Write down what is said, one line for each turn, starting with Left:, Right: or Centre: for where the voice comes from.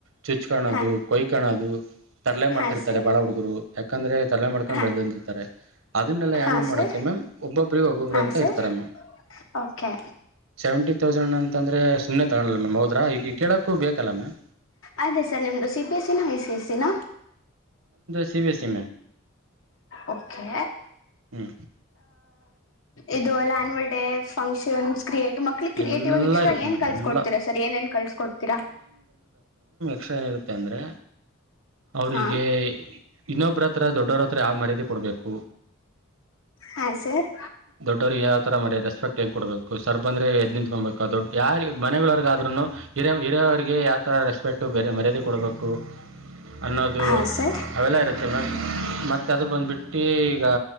Right: ಚುಚ್ ಕಾಣೋದು
Left: ಹಾ
Right: ಕೊಯ್ ಕಾಣೋದು ತರಲೆ ಮಾಡ್ತಿರ್ತಾರೆ
Left: ಹಾ ಸರ್
Right: ಬಾಳ ಹುಡುಗರು ಯಾಕಂದ್ರೆ ತರಲೆ ಮಾಡ್ಕೊಂಡು
Left: ಹಾ
Right: ಬೆಳೆದಂದಿರ್ತಾರೆ ಅದನ್ನೆಲ್ಲ ಆ್ಯಾಂಡ್ಲ್
Left: ಹಾ ಸರ್
Right: ಮಾಡಕೆ ಮೆ ಒಬ್ಬೊಬ್ಬ್ರಿಗೆ ಒಬ್ಬೊಬ್ರು
Left: ಹಾ
Right: ಅಂತ
Left: ಸರ್
Right: ಇರ್ತಾರೆ ಮ್
Left: ಓಕೆ
Right: ಸೆವೆಂಟಿ ತೌಸಂಡ್ ಅಂತ ಅಂತಂದ್ರೆ ಸುಮ್ಮನೆ ತಗೊಲ್ಲ ಮ್ಯಾಮ್ ಹದಾ ಈಗ ಕೇಳಕ್ಕು ಬೇಕಲ್ಲ ಮಾಮ್
Left: ಅದೇ ಸರ್ ನಿಮ್ದು ಸಿ ಬಿ ಎಸ್ಸಿನ ಐ ಸಿ ಎಸ್ಸಿನ
Right: ಸಿ ಬಿ ಎಸ್ಸಿ
Left: ಓಕೆ
Right: ಹ್ಞೂ
Left: ಇದು ಅಲ್ನ್ವರ್ ಡಡೆ ಫಂಕ್ಷನ್ಸ್ ಕ್ರಿಯೇಟ್ ಮಕ್ಳಿಗೆ ಕ್ರಿಯೇಟಿವ್
Right: ಎಲ್ಲ
Left: ಆಗಿ ಎಕ್ಸ್ಟ್ರಾ
Right: ಇರುತ್ತೆ
Left: ಏನ್
Right: ಮ್ಯಾಮ್
Left: ಕಲ್ಸಕೊಡ್ತಿೀರ
Right: ಎಲ್ಲ
Left: ಸರ್ ಏನ್ ಏನ್ ಕಳ್ಸಕೊಡ್ತೀರಾ
Right: ಕ್ಷ ಏನಿರುತ್ತೆ ಅಂದ್ರೆ ಅವರಿಗೆ
Left: ಹಾ
Right: ಇನ್ನೊಬ್ಬ್ರ ಹತ್ರ ದೊಡ್ಡವರ ಹತ್ರ ಆ ಮರ್ಯದಿ ಕೊಡ್ಬೇಕು
Left: ಹಾ ಸರ್
Right: ದೊಡ್ಡವ್ರರಿಗೆ ಯಾವ ತರ ಮರ ರೆಸ್ಪೆಕ್ಟ್ ಹೆಂಗ್ ಕೊಬೇಕು ಸರ್ ಬಂದ್ರೆ ಎದ್ ನಿಂತ್ಕೊಬೇಕು ದೊಡ್ಡ ಯಾರಿ ಮನೆಗಳವರ್ಗ ಹಿಯ ಹಿರಿಯವರಿಗೆ ಯಾವತರ ರೆಸ್ಪೆಕ್ಟ್ ಬ ಮರ್ಯಾದೆ ಕೊಡಬೇಕು. ಅನ್ನೋದು.
Left: ಹಾ ಸರ್
Right: ಅವೆಲ್ಲ ಇರುತ್ತೆ ಮ್ಯಾಮ್ ಮತ್ತ ಅದು ಬಂದ್ಬಿಟ್ಟು ಈಗ